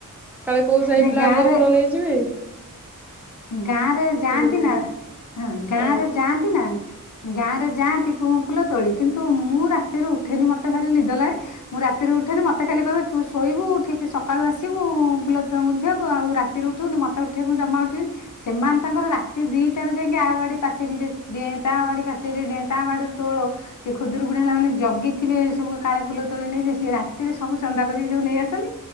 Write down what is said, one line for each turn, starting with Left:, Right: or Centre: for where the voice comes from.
Centre: କାଳେ କୋଉ ସାହି
Left: ନାଇଁ
Centre: ପିଲା
Left: ଗାଁରେ
Centre: ଆଗୁଆ ଫୁଲ ନେଇଯିବ।
Left: ଗାଁରେ ଯାହାନ୍ତି
Centre: କରୁ
Left: ନା ଗାଁ
Centre: ହଁ
Left: ର ଯାନ୍ତି। ଗାଁ ରେ ଯାଆନ୍ତିୁ ଫୁଲ ତୋଳି କିନ୍ତୁ ମୁଁ ରା ତି ଉଠେନି ମତେ ଖାଲି ନିଦ ଲ ମୁଁ ରାତିରୁ ଉଠେନି ମୋତେ ଖାଲି କହିବେ ତୁ ଶୋଇବୁ ଠିକ ସକାଳୁ ଆସିବୁ ଫୁଲ ତ ମୁଁ ବୁଝିବାକୁ ଆଉ ରାତିରେ ଉଠିବନି ମତେ ଉଠିବ ମୁଁ ଜମା ଉଠିବନି। ସେମାନେ ତାଙ୍କର ରାତି ଦିଟାରୁ ଯାଇକି ଆ ବାଡି ପାଚେରୀରେ ଡ ତା ବାଡି ପାଚେରୀରେ ଡ ତା ବାଡିରୁ ତୋଳ ସେ ଖୁଦୁରକୁୁଡ ହେଲା ମାନେ ଜଗିଥିବେ ସବୁ କାଳେ ଫୁଲ ତୋଳି ନେଇ ସିଏ ରାତିରେ ସବୁ ଚନ୍ଦା କରିକି ସବୁ ନେଇ ଆସନି।